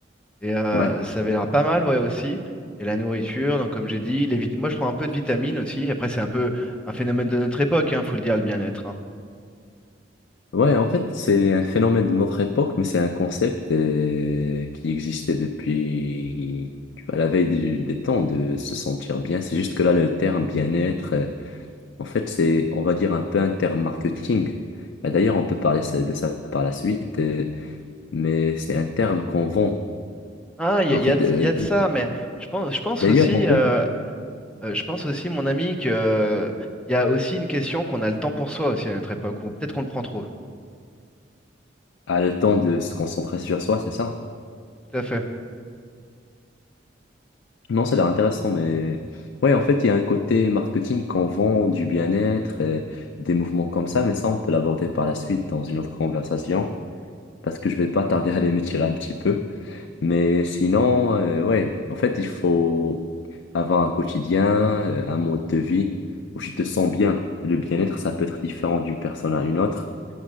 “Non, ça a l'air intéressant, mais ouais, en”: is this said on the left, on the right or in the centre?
Left